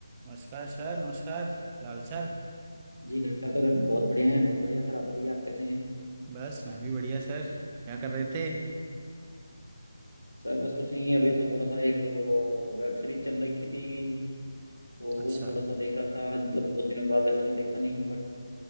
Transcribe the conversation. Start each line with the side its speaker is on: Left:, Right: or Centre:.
Right: नमस्कार सर नमस्कार क्या हाल चाल
Left: जी नमस्कार सर बहुत बढ़िया हैं बहुत बढ़िया सर आप बताइए आप कैसे हैं
Right: बस मैं भी बढ़िया सर क्या कर रहे थे
Left: सर बस कुछ नहीं अभी तो थोड़ा सा एक वेब सीरीज चल रही थी तो
Right: अच्छा
Left: वो थोड़ा सा देख रहा था आज मतलब बहुत दिनों के बाद वैसे मैं देखता नहीं हूँ बट